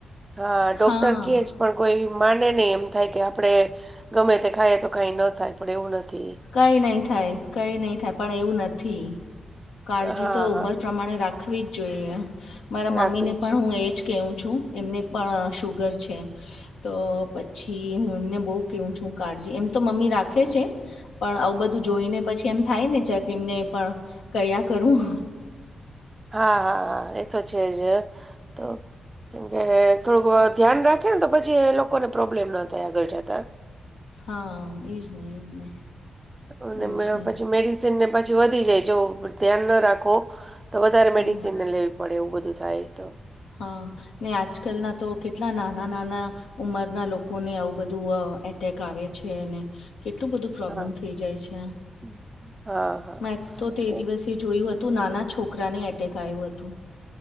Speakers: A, on the right; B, on the left.
A: હા ડોક્ટર
B: હા
A: કે પણ કોઈ માને નહીં એમ થાય કે આપડે ગમે તે ખાઈએ તો કંઈ ન થાય પણ એવું નથી.
B: કંઈ નહી થાય, કઈ નહીં થાય પણ એવું નથી. કાળજી
A: હા
B: તો ઉંમર
A: હા
B: પ્રમાણે રાખ રાખવી જ જોઈએ. મારા મમ્મીને
A: રાખવી જ
B: પણ
A: છે.
B: હું એજ કેઉ છું, એમને પણ શુગર છે. તો પછી હું એમને બહુ કેવું છું, કાળજી એમ તો મમ્મી રાખે છે. પણ આવું બધું જોઈને પછી એમ થાય ને જરાક એમને પણ કર્યા કરું.
A: હા, હા, હા એતો છે જ તો. કેમ કે થોડુંક ધ્યાન રાખીએ નેતો પછી એ લોકોને પ્રોબ્લેમ ના થાય આગળ જાતા.
B: હા એજ ને, એજ ને.
A: અને
B: એજ ને
A: પછી મેડિસનને પછી વધી જાય, જો ધ્યાન ન રાખો. તો વધારે
B: હા
A: મેડિસીનને લેવી પડે એવું બધું થાય તો.
B: હહ, ને આજકલના તો કેટલા નાના નાના ઉંમરના લોકોને આવું બધું એટેક આવે છે. અને કેટલું બધું પ્રોબ્લમ
A: હા
B: થઈ જાય છે.
A: હમ. હા હા
B: મેં તો તે
A: એ
B: દિવસે
A: જ.
B: જોયું હતું નાના છોકરાને એટેક આયું હતું.